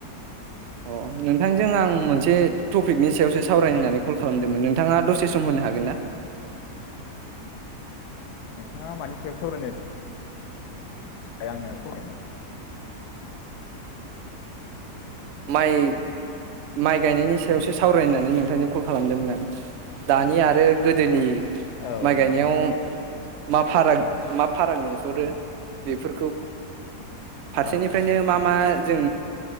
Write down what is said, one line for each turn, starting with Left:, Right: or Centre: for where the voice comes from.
Right: अ नोंथांजों आं मोनसे टपिकनि सायावसो सावरायनो होननानै कल खालामदोंमोन नोंथाङा दसे सम होनो हागोन ना?
Left: नोंथाङा मानि सायाव सावरायनो थाखाय आंनो <unintelligible> नामा
Right: माइ माइ गायनायनि सायावसो सावरायनानै नोंथांजों कल खालामदोंमोन आं दानि आरो गोदोनि
Left: औ
Right: माय गायनायाव
Left: नोंथां
Right: मा फाराग मा फाराग नुहुरो बेफोरखौ फारसेनिफ्रायनो
Left: औ औ नोंथां
Right: मा मा जों